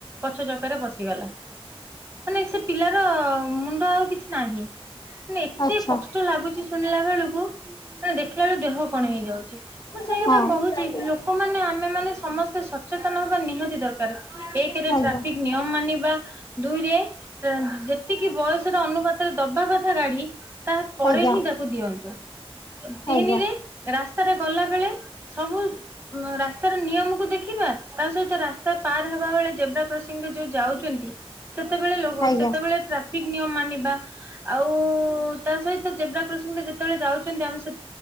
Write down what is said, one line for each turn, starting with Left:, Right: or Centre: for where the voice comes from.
Right: ଗଛ ଚକାରେ ବସିଗଲା। ମାନେ ସେ ପିଲାର ମୁଣ୍ଡ ଆଉ କିଛି ନାହିଁ। ମେ ଏତେ
Left: ଆଚ୍ଛା
Right: କଷ୍ଟ ଲାଗୁଛି ଶୁଣିଲା ବେଳୁକୁ ମ ଦେଖିଲା ବେଳ ଦେହ କଣ ହେଇଯାଉଛି। ମୁଁ
Left: ଆଜ୍ଞା
Right: ସେଇ କଥା
Left: ହଁ
Right: କହୁଛି ଲ ଆମେ ମାନେ ସମସ୍ତେ ସଚେତନ ହବା ନିହାତି ଦରକାର। ଏକରେ
Left: ଆଜ୍ଞା
Right: ଟ୍ରାଫିକ ନିୟମ ମାନିବା ଦୁଇରେ ଯେତିକି ବୟସର ଅନୁପାତରେ ଦବା କଥା ଗାଡି ତାପରେ
Left: ଆଜ୍ଞା
Right: ହିଁ ତାକୁ ଦିଅନ୍ତୁ ତିନିରେ
Left: ଆଜ୍ଞା
Right: ରା ଗଲାବେଳେ ସବୁ ରାସ୍ତାର ନିୟମକୁ ଦେଖିବା ତା ସହିତ ରାସ୍ତା ପାର ହେବା ବେଳେ ଜେବ୍ରା କ୍ରସିଂରେ ଯଉ ଯାଉଛନ୍ତି ସେତେବେଳେ
Left: ଆଜ୍ଞା
Right: ସେତେବେଳେ ଟ୍ରାଫିକ ନିୟମ ମାନିବା ଆଉ ତା ସହିତ ଯେବ୍ରା କସିଂରେ ଯେତେବେଳେ ଯାଉଛନ୍ତି ଆମେ